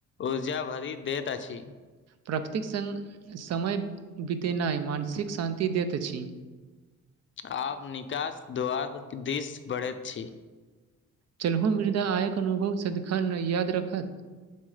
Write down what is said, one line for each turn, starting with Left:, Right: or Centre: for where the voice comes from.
Left: ऊर्जा भरि दैत अछि।
Right: प्रकृतिक संग समय बितेनाइ मानसिक शान्ति दैत अछि।
Left: आब निकास द्वारक दिस बढ़ैत छी।
Right: चलू, ई मधुर अनुभव सदिखन याद रहत।